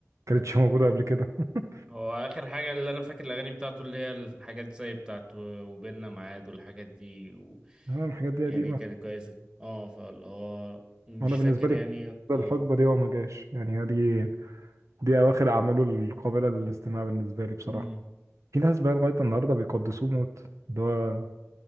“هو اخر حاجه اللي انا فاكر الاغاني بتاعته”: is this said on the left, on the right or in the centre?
Right